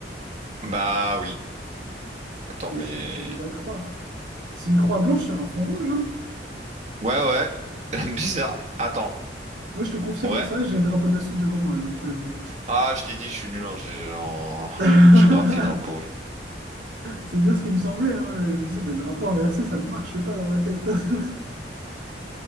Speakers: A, on the right; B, on the right.
A: Bah oui. Attends,
B: Mais
A: mais...
B: je, je peux pas te croire. C'est une croix blanche sur un fond rouge, hein.
A: Ouais, ouais. <laughs> Bizarre. Attends.
B: Moi, je te confirme
A: Ouais.
B: ça, j'ai le drapeau de la Suisse devant moi, là, actuellement.
A: Ah, je t'ai dit, je suis nul en, gé- en...
B: <laughs>
A: en géographie drapeau.
B: C'est bien ce qui me semblait, hein. Je me disais, bah, le drapeau inversé, ça ne marche pas dans ma tête. <laughs>